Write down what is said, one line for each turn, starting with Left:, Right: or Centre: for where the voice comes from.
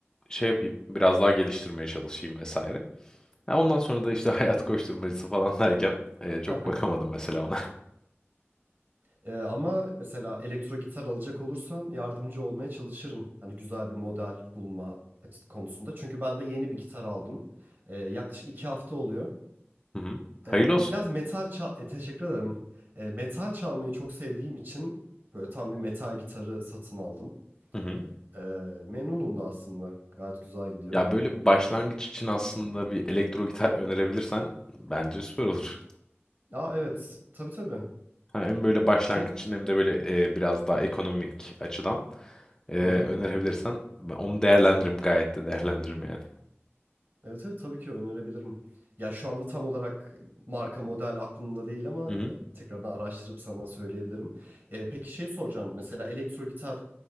Left: şey yapayım, biraz daha geliştirmeye çalışayım vesaire. Ya ondan sonra da işte <laughs> hayat koşturmacası falan derken e, çok
Right: <laughs>
Left: bakamadım mesela ona.
Right: Ee, ama mesela elektro gitar alacak olursan yardımcı olmaya çalışırım. Hani güzel bir model bulma açı- konusunda. Çünkü ben de yeni bir gitar aldım. Ee, yaklaşık iki hafta oluyor.
Left: <laughs> Hı hı. Hayırlı
Right: Ee,
Left: olsun.
Right: biraz metal çal... e, teşekkür ederim. Ee, metal çalmayı çok sevdiğim için böyle tam bir metal gitarı satın aldım.
Left: Hı hı.
Right: Ee, memnunum da aslında. Gayet güzel gidiyor.
Left: Ya, böyle başlangıç için aslında bir elektro gitar önerebilirsen bence süper olur.
Right: Ya evet, tabii tabii.
Left: Ha, hem böyle başlangıç
Right: Çok
Left: için hem de böyle, eee, biraz daha ekonomik açıdan, eee,
Right: hı hı.
Left: önerebilirsen b onu değerlendiririm, gayet de değerlendiririm yani.
Right: Evet evet tabii ki önerebilirim. Ya şu anda tam olarak marka model aklımda değil ama
Left: Hı hı.
Right: e, tekrardan araştırıp sana söyleyebilirim. Ee, peki şey soracağım. Mesela elektro gitar